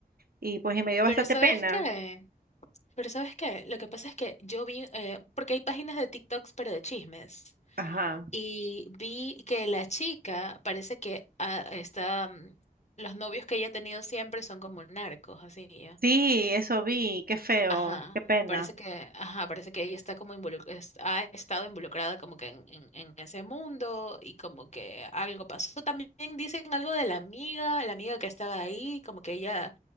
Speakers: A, on the right; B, on the left.
A: Y pues y me dio
B: Pero
A: bastante
B: ¿sabes
A: pena.
B: qué? Pero ¿sabes qué? Lo que pasa es que yo vi, eh, porque hay páginas de TikToks, pero de chismes.
A: Ajá.
B: y vi que la chica parece que ah, está, mm, los novios que ella ha tenido siempre son como narcos, así ya.
A: Sí, eso vi, qué feo,
B: Ajá,
A: qué pena.
B: parece que, ajá, parece que ella está como involucrada, ha estado involucrada como que en, en, en ese mundo y como que algo pasó. También dicen algo de la amiga, la amiga que estaba ahí, como que ella,